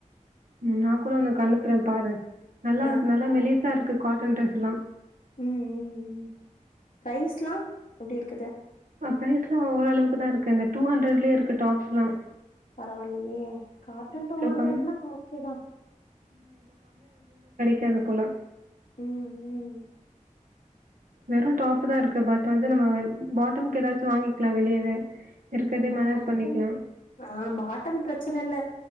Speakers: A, on the right; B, on the left.
A: உம் நான் கூட உனக்கு அனுப்புறேன் பாரு நல்லா
B: ஆ
A: இருக்கு நல்லா மெலிசா இருக்கு காட்டன் ட்ரெஸ்லாம்
B: உம் உம் உம் பரைஸ் எல்லாம் எப்படி இருக்குது
A: பரைஸ் எல்லாம் ஓரளவு தான் இருக்கு இங்க டூ ஹண்ட்ரட்லயே இருக்கு டாப்ஸ் எல்லாம்
B: பரவாயில்லையே காரட்டன் டூ ஹண்ட்ரட்னா
A: கம்மி
B: ஓகேதான்
A: இருக்கலாம்
B: உம் உம்
A: வெறும் டாப் தான் இருக்கு பட் வந்து நம்ம பாட்டம்க்கு ஏதாச்சும் வாங்கிக்கலாம் வெளியவே இருக்கறதே
B: பாட்டம்
A: மேனேஜ் பண்ணிக்கலாம்.
B: ஆஹ பாட்டம் பிரச்சனை இல்லை